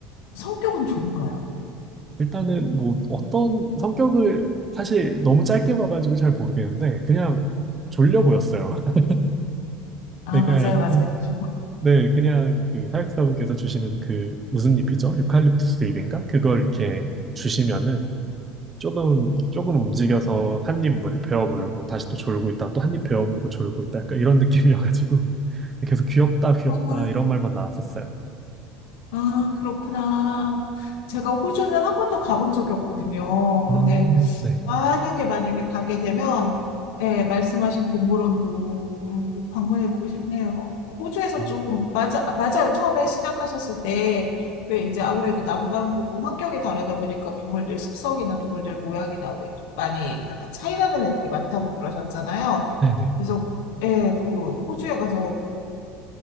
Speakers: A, on the left; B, on the right.
A: 성격은 좋은가요?
B: 일단은 뭐 어떤 성격을 사실 너무 짧게 봐가지고 잘 모르겠는데 그냥 졸려 보였어요. <laughs>
A: 아,
B: 그러니까
A: 맞아요,
B: 약간
A: 맞아요. 좀.
B: 네 그냥 그 사육사분께서 주시는 그 무슨 잎이죠? 유칼립투스 잎인가? 그걸 이렇게 주시면은 조금 조금 움직여서 한입 베어 물고 다시 또 졸고 있다 또 한입 베어 물고 졸고 있다 약간 이런 느낌이어가지고 <laughs> 계속 귀엽다 귀엽다
A: 아,
B: 이런 말만 나왔었어요.
A: 아, 그렇구나. 제가 호주는 한 번도 가본 적이 없거든요.
B: 아,
A: 근데
B: 네.
A: 만약에 만약에 가게 되면 예, 말씀하신 동물원도 음, 꼭 방문해보고 싶네요. 호주에서
B: 어,
A: 좀 맞아 맞아요. 처음에 시작하셨을 때 왜 이제 아무래도 남반구고 환경이 다르다 보니까 동물들 습성이나 동물들 모양이나 왜 많이 약간 차이 나는 애들이 많다고 그러셨잖아요.
B: 네네.
A: 그래서 예, 그 호주에 가서 꼭